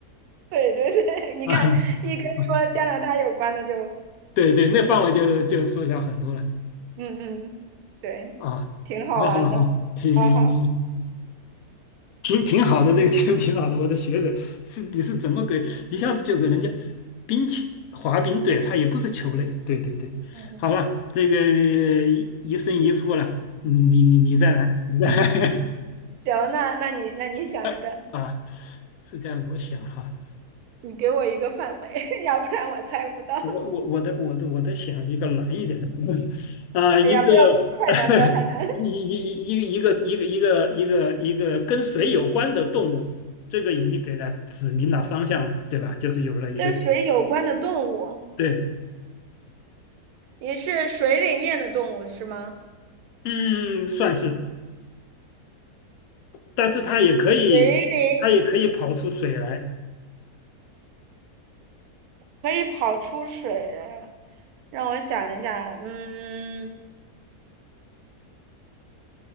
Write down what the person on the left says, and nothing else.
啊？
啊对对，那范围就就缩小很多了。
啊，啊好好好，
挺
挺挺好的，这个挺挺好的。我的学者是你是怎么给一下子就给人家冰球滑冰？对，他也不是球类。对对对，
好了，这个一胜一负了，你你你再来，你再来
<laughs> 啊！这该我想哈。
我我我的我的我的想一个难一点的 <laughs> 啊，
一个
<laughs>
一一一一个一个一个一个一个跟水有关的动物，这个已经给了指明了方向了，对吧？就是有了一个
对，
嗯，算是，但是它也可以，
它也可以跑出水来